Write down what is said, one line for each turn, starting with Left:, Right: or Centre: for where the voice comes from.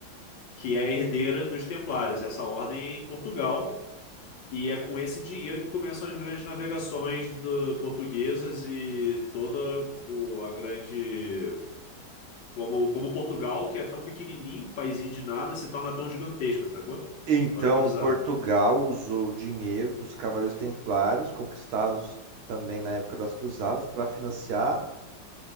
Left: que é a herdeira dos Templários. Essa ordem é em Portugal e é com esse dinheiro que começam as grandes navegações do- portuguesas e toda o- a grande como, como Portugal, que é tão pequenininho, um paísinho de nada, se torna tão gigantesco, sacou?
Right: Então,
Left: Olha que bizarro.
Right: Portugal usou o dinheiro dos Cavaleiros Templários, conquistados também na época das Cruzadas, para financiar